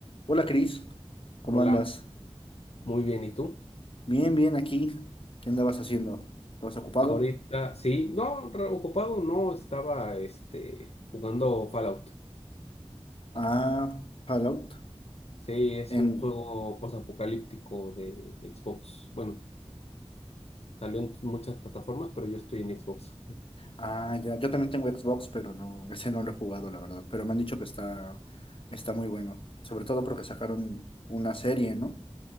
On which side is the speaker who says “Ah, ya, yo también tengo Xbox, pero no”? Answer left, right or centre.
Left